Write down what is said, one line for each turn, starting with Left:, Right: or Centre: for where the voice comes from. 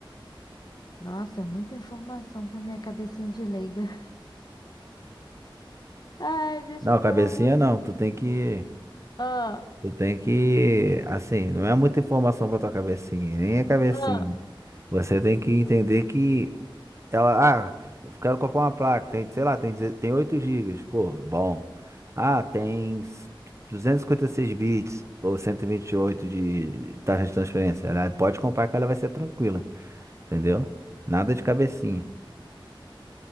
Left: Nossa, muita informação para minha cabecinha de leiga. Ai, deixa
Right: Não,
Left: eu falar
Right: cabecinha
Left: uma coisa.
Right: não, tu tem que,
Left: Ah,
Right: tu tem que, assim, não é muita informação para tua cabecinha, nem é cabecinha.
Left: ah,
Right: Você tem que entender que ela, ah, eu quero comprar uma placa, tem, sei lá, tem, deze- tem 8 gigas, pô, bom. Ah, tem s- duzentos e cinquenta e seis bits ou cento e e vinte e oito de taxa de transferência. Ela pode comprar que ela vai ser tranquila, entendeu? Nada de cabecinha.